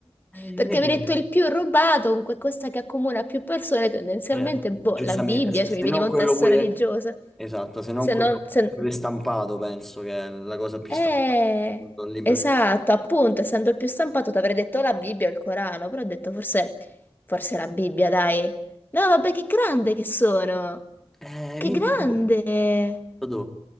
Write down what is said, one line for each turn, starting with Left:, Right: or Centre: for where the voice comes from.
Centre: eh, invece.
Left: Perché mi hai detto il più rubato, un qualcosa che accomuna più persone, tendenzialmente,
Centre: Eh,
Left: boh,
Centre: giustamente,
Left: la Bibbia,
Centre: se,
Left: cioè
Centre: se
Left: mi veniva
Centre: non quello
Left: un testo
Centre: pure,
Left: religioso.
Centre: esatto, se non
Left: Se
Centre: quello
Left: non... se-
Centre: pure stampato, penso che è la cosa più
Left: Eh,
Centre: stampata, un libro
Left: esatto,
Centre: più...
Left: appunto, essendo il più stampato, ti avrei detto la Bibbia o il Corano, però ho detto forse, forse la Bibbia, dai. No, vabbè, che grande che sono!
Centre: Eh,
Left: Che
Centre: minchia,
Left: grande!
Centre: boh, boh.